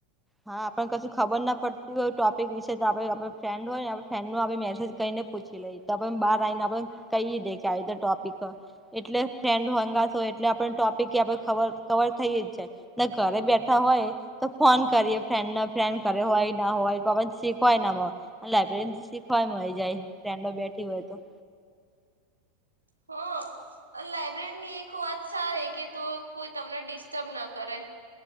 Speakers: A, in the centre; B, on the right.
A: હા, આપણને કશું ખબર ના પડતી હોય ટોપિક વિશે. તો આપણે આપ ફ્રેન્ડ હોય ને આપ ફ્રેન્ડ નો આપણે મેસેજ કરીને પૂછી લઈ. તો પણ બહાર આવીને આપ કહી દે કે, આલો ટોપિક હ. એટલે ફ્રેન્ડ હો હંગાત હોય, એટલે આપણે ટોપિક આપણે કવર થઈ જાય. ન ઘરે બેઠા હોય તો ફોન કરીએ, ફ્રેડ ફ્રેન્ડ કરે હોય ના હોય તો શીખવાય. લાયબ્રેરીમાં શીખવાય મંડી જાય, ફ્રેન્ડો બેઠી હોય તો.
B: હ, અને લાયબ્રેરીની એક વાત સારી કે, તો કોઈ તમને ડિસ્ટર્બ ના કરે.